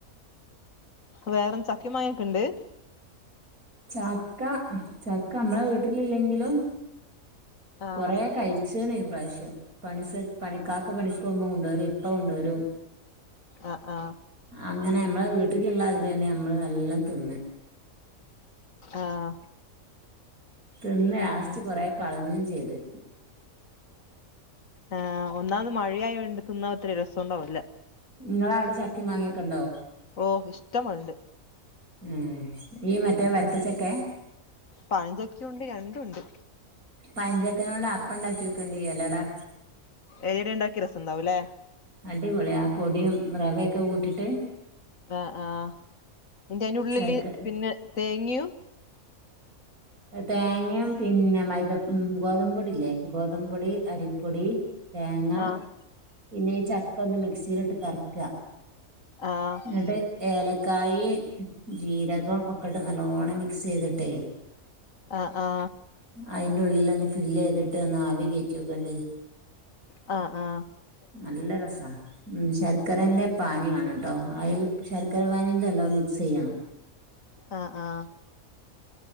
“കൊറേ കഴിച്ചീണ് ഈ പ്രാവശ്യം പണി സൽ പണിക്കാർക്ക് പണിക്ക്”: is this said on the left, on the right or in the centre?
Right